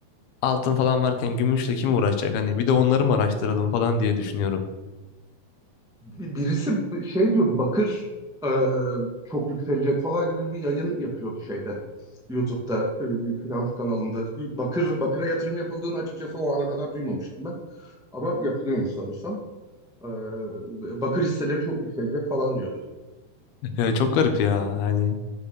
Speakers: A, on the left; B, in the centre.
A: altın falan varken gümüşle kim uğraşacak hani bir de onları mı araştıralım falan diye düşünüyorum.
B: bir- birisi şey diyordu Bakır e, çok yükselecek falan gibi bir yayın yapıyordu şeyde. YouTube'da e, bir finans kanalında. Bakır Bakır'a yatırım yapıldığını açıkçası o ana kadar duymamıştım ben. Ama yapılıyormuş sanırsam. E, Bakır hisseleri çok yükselecek falan diyordu.
A: <laughs> Ya çok garip ya yani.